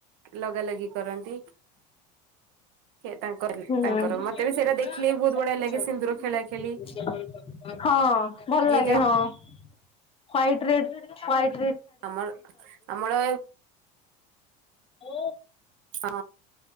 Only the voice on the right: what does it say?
ଲଗା ଲାଗି କରନ୍ତି କିଏ ତାଙ୍କ
ତାଙ୍କର ମତେ
ବି ସେଇଟା ଦେଖିଲେ ବି
ବହୁତ ବଢିଆ ଲାଗେ ସିନ୍ଦୁର
ଖେଳା ଖେଳି
ଯିଏ
ଯା
ଆମର ଆମର
ହଁ